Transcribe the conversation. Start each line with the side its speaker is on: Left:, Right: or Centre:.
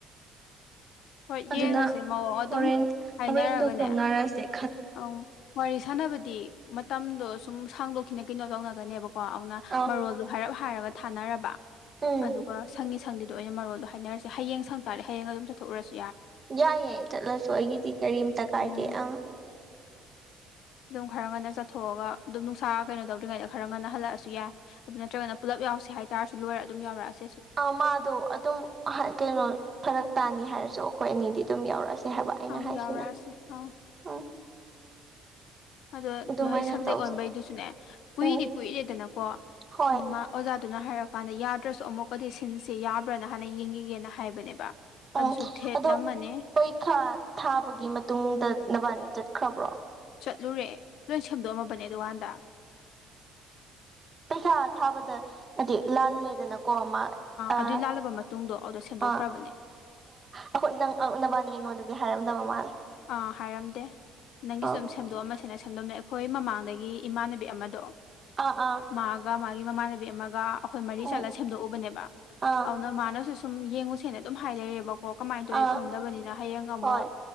Left: ꯍꯣꯏ
Right: ꯑꯗꯨꯅ
Left: ꯌꯦꯡꯉꯁꯦ ꯃꯑꯣꯡ ꯑꯗꯨꯝ
Right: ꯍꯣꯔꯦꯟ
Left: ꯍꯥꯏꯅꯔꯒꯅꯦ
Right: ꯍꯣꯔꯦꯟꯗꯣ ꯈꯪꯅꯔꯁꯤ
Left: ꯑꯪ ꯋꯥꯔꯤ ꯁꯥꯟꯅꯕꯗꯤ ꯃꯇꯝꯗꯣ ꯁꯨꯝ ꯁꯥꯡꯗꯣꯛꯈꯤꯅ ꯀꯩꯅꯣ ꯇꯧꯅꯒꯅꯦꯕꯀꯣ ꯀꯣ ꯑꯗꯨꯅ
Right: ꯑꯧ
Left: ꯃꯔꯣꯜꯗꯣ ꯍꯥꯏꯔꯞ ꯍꯥꯏꯔꯒ ꯊꯥꯅꯔꯕ
Right: ꯎꯝ
Left: ꯑꯗꯨꯒ ꯁꯪꯗꯤꯗꯣ ꯑꯣꯏꯅ ꯃꯔꯣꯗꯣ ꯍꯥꯏꯅꯔꯁꯦ ꯍꯌꯦꯡ ꯁꯪ ꯇꯔꯦ ꯍꯌꯦꯡ ꯑꯗꯨꯝ ꯆꯠꯊꯣꯛꯎꯁꯦ
Right: ꯌꯥꯏꯌꯦꯏ ꯆꯠꯂꯁꯨ ꯑꯩꯒꯤꯗꯤ ꯀꯔꯤꯝꯇ ꯀꯥꯏꯗꯦ
Left: ꯎꯝ
Right: ꯑꯥ
Left: ꯑꯗꯨꯝ ꯈꯔ ꯉꯟꯅ ꯆꯠꯊꯣꯛꯑꯒ ꯑꯗꯨꯝ ꯅꯨꯡꯁꯥ ꯀꯩꯅꯣ ꯇꯧꯗ꯭ꯔꯤꯉꯩꯗ ꯈꯔ ꯉꯟꯅ ꯍꯜꯂꯛꯑꯁꯨ ꯌꯥꯏ ꯑꯗꯨ ꯅꯠꯇ꯭ꯔꯒꯅ ꯄꯨꯂꯞ ꯌꯥꯎꯁꯦ ꯍꯥꯏꯇꯥꯔꯁꯨ ꯂꯣꯏꯔ ꯑꯗꯨꯝ ꯌꯥꯎꯔꯛꯑꯁꯦ
Right: ꯑ ꯃꯥꯗꯣ ꯑꯗꯨꯝ ꯀꯩꯅꯣ ꯐꯔꯛ ꯇꯥꯅꯤ ꯍꯥꯏꯔꯁꯨ ꯑꯩꯈꯣꯏ ꯑꯅꯤꯗꯤ ꯑꯗꯨꯝ ꯌꯥꯎꯔꯛꯑꯁꯦ ꯀ ꯍꯥꯏꯕ ꯑꯩꯅ
Left: ꯑꯪ
Right: ꯍꯥꯏꯁꯤꯅ
Left: ꯌꯥꯎꯔꯛꯑꯁꯦ ꯑꯪ
Right: ꯎꯝ
Left: ꯑꯗꯣ
Right: ꯑꯗꯨꯃꯥꯏꯅ
Left: ꯅꯣꯏ ꯁꯥꯞꯖꯦꯛ
Right: ꯇꯧꯁꯦ
Left: ꯑꯣꯟꯕꯩꯗꯨꯁꯨꯅꯦ ꯀꯨꯏꯗꯤ
Right: ꯎꯝ
Left: ꯀꯨꯏꯔꯦꯗꯅꯀꯣ
Right: ꯍꯣꯏ
Left: ꯃꯥ ꯑꯣꯖꯥ ꯑꯗꯨꯅ ꯍꯥꯏꯔꯀꯥꯟꯗ ꯌꯥꯗ꯭ꯔꯁꯨ ꯑꯃꯨꯛꯀꯗꯤ ꯁꯤꯟꯁꯦ ꯌꯥꯕ꯭ꯔꯅ ꯍꯥꯟꯅ ꯌꯦꯡꯈꯤꯒꯦꯅ ꯍꯥꯏꯕꯅꯦꯕ ꯑꯗꯨꯁꯨ
Right: ꯎꯝ
Left: ꯊꯦꯠꯂꯝꯃꯅꯤ
Right: ꯑꯗꯣ ꯄꯔꯤꯈꯥ ꯊꯥꯕꯒꯤ ꯃꯇꯨꯡꯗ ꯅꯕꯥꯟꯅꯤ ꯆꯠꯀ ꯈꯕꯔꯣ <inaudible>
Left: ꯆꯠꯂꯨꯔꯦ ꯂꯣꯏ ꯁꯦꯝꯗꯣꯛꯑꯝꯃꯕꯅꯦ ꯗꯨꯀꯥꯟꯗ
Right: ꯄꯩꯁꯥ ꯊꯥꯕꯗ ꯍꯥꯏꯗꯤ ꯂꯥꯜꯂꯦꯗꯅ ꯀꯣ ꯃꯥ ꯑꯥ
Left: ꯑꯗꯨꯏ ꯂꯥꯜꯂꯕ ꯃꯇꯨꯡꯗꯣ ꯑꯗꯨꯗ ꯁꯦꯝꯗꯣꯛꯈ꯭ꯔꯕꯅꯦ
Right: ꯑꯣ ꯑꯩꯈꯣꯏ ꯅꯪ ꯅꯕꯥꯟꯅꯤ ꯑꯩꯉꯣꯟꯗꯗꯤ ꯍꯥꯏꯔꯝꯗꯕ ꯃꯥꯜꯂꯦ
Left: ꯑꯥ ꯍꯥꯏꯔꯝꯗꯦ ꯅꯪꯒꯤꯁꯨ
Right: ꯑꯥ
Left: ꯑꯗꯨꯝ ꯁꯦꯝꯗꯣꯛꯑꯃ ꯁꯅ ꯁꯝꯗꯣꯝꯅ ꯑꯩꯈꯣꯏ ꯃꯃꯥꯡꯗꯒꯤ ꯏꯃꯥꯟꯅꯕꯤ ꯑꯃꯗꯣ
Right: ꯑꯥ ꯑꯥ
Left: ꯃꯥꯒ ꯃꯥ ꯃꯃꯥꯟꯅꯕꯤ ꯑꯃꯒꯥ ꯑꯩꯈꯣꯢ ꯃꯔꯤ
Right: ꯎꯝ
Left: ꯆꯠꯂꯒꯥ ꯁꯦꯝꯗꯣꯛꯎꯕꯅꯦ
Right: ꯑꯥ
Left: ꯑꯗꯨꯅ ꯃꯅꯥꯁꯨ ꯁꯨꯝ ꯌꯦꯡꯉꯨꯁꯦꯅ ꯑꯗꯨꯝ ꯍꯥꯏ ꯂꯩꯔꯦꯕꯀꯣ ꯀꯃꯥꯏꯅ ꯇꯧꯋꯤ
Right: ꯑꯥ
Left: ꯈꯪꯗꯕꯅꯤꯅ ꯍꯌꯦꯡ ꯑꯃꯨꯛ
Right: ꯍꯣꯏ